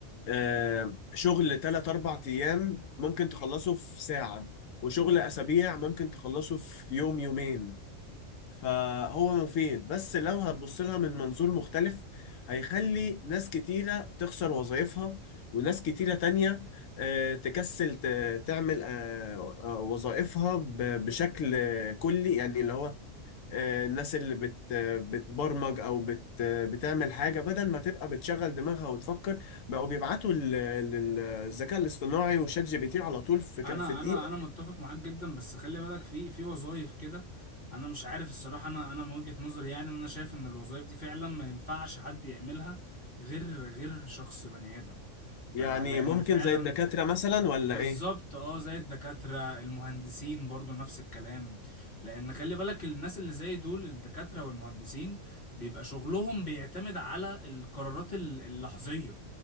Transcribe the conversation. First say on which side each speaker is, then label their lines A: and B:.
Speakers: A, on the left; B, on the left.
A: آه، شغل تلات أربع أيام ممكن تخلصه في ساعة وشغل أسابيع ممكن تخلصه في يوم يومين فهو مفيد بس لو هتبص لها من منظور مختلف هيخلي ناس كتيرة تخسر وظائفها وناس كتيرة تانية آه، تكسل ت- تعمل آه، آه، وظائفها ب- بشكل آه، كلي يعني اللي هو آه، الناس اللي بت بتبرمج او بت بتعمل حاجه بدل ما تبقى بتشغل دماغها وتفكر بقوا بيبعتوا لل- للذكاء الاصطناعي وشات جي بي تي على طول في ك-
B: انا
A: في دقيقه
B: انا انا متفق معاك جدا بس خلي بالك في في وظايف كده انا مش عارف الصراحه انا انا من وجهه نظري يعني ان انا شايف ان الوظايف دي فعلا ما ينفعش حد يعملها غير غير شخص بني ادم فلان
A: يعني ممكن
B: فعلا
A: زي الدكاتره مثلا ولا
B: بالظبط
A: ايه
B: اه زي الدكاترة المهندسين برضو نفس الكلام لأن خلي بالك الناس اللي زي دول الدكاترة والمهندسين بيبقى شغلهم بيعتمد على القرارات ال- اللحظية